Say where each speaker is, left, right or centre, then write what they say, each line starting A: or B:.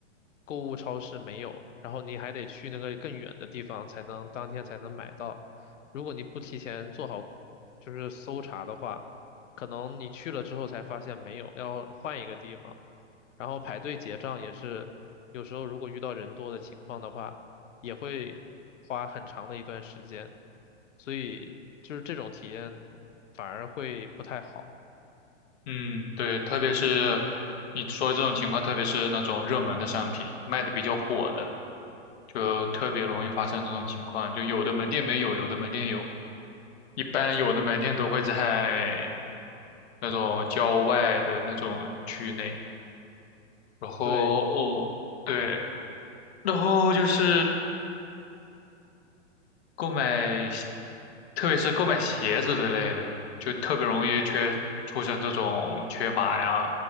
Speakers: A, on the left; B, on the left.
A: 购物超市没有，然后你还得去那个更远的地方才能当天才能买到。如果你不提前做好就是搜查的话，可能你去了之后才发现没有，要换一个地方。然后排队结账也是，有时候如果遇到人多的情况的话，也会花很长的一段时间，所以就是这种体验反而会不太好。
B: 嗯，对，特别是你说这种情况，特别是那种热门的商品，卖的比较火的。就特别容易发生这种情况。就有的门店没有，有的门店有。一般有的门店都会在那种郊外的那种区域内。然后
A: 对。
B: 哦，对，然后就是购买鞋特别是购买鞋子之类的，就特别容易缺出现这种缺码呀、